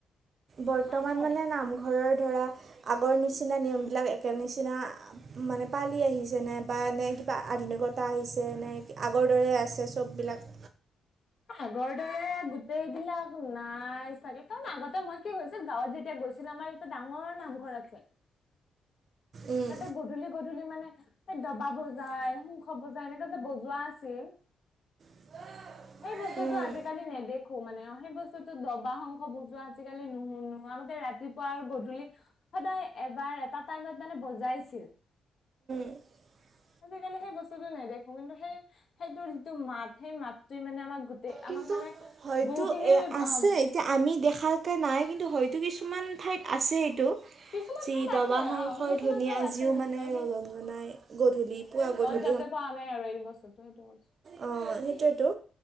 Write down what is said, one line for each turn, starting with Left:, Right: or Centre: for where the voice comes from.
Right: বৰ্তমান
Left: অ কওঁ
Right: মানে নামঘৰৰ ধৰা আগৰ নিচিনা নিয়মবিলাক একে নিচিনা মানে পালি আহিছেনে বা নে কিবা আধুনিকতা আহিছে নে আগৰ দৰে আছে চববিলাক
Left: আগৰ দৰে গোটেইবিলাক নাই চাগে, কাৰণ আগতে মই কি হৈছে গাঁৱত যেতিয়া গৈছিলো আমাৰ এটা ডাঙৰ নামঘৰ আছে
Right: উম,
Left: তাতে গধূলি গধূলি মানে ডবা বজায়, শংখ বজায়, এনেকে যে বজোৱা আছিল
Right: <inaudible>
Left: সেই বস্তুটো
Right: উম,
Left: আজিকালি নেদেখো মানে, অ সেই বস্তুতো ডবা, শংখ বজোৱা আজিকালি নোহোৱা ৰাতিপুৱা আৰু গধূলি সদায় এবাৰ এটা টাইমত মানে বজাইছিল।
Right: <inaudible>
Left: আজিকালি সেই বস্তুটো নেদেখো, কিন্তু সেই সেইটোৰ যিটো মাত, সেই মাতটোৱে মানে আমাক গোটেই,
Right: কিন্তু
Left: আমাক মানে
Right: হয়তো
Left: বহুখিনি
Right: এ আছে,
Left: অ
Right: এতিয়া আমি দেখ খাওঁতে নাই, কিন্তু হয়তো কিছুমান ঠাইত আছে এইটো
Left: কিছুমান
Right: যি
Left: ঠাইত
Right: ডবা
Left: আছে
Right: শংখৰ
Left: অ কিছুমান
Right: ধ্বনি
Left: ঠাইত
Right: আজিও
Left: আছে নিশ্চয়
Right: মানে ৰজনজনাই গধূলি, পুৱা গধূলি।
Left: তাতে পাওঁ আমি আৰু এইটো বস্তু, তুমি <unintelligible>
Right: অ' সেইটোৱেটো,